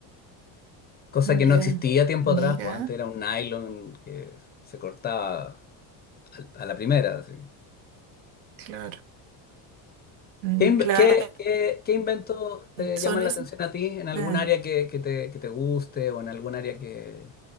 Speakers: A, on the left; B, on the right.
A: Cosa que
B: Ya.
A: no existía tiempo
B: Mira,
A: atrás, pues antes era un nylon que se cortaba al- a la primera. así.
B: claro. Mm,
A: ¿Qué, inv-
B: Claro.
A: qué- qué- qué inventos te
B: Son
A: llaman
B: esos.
A: la atención a ti en algún
B: Ah.
A: área que, que te, que te guste o en algún área que,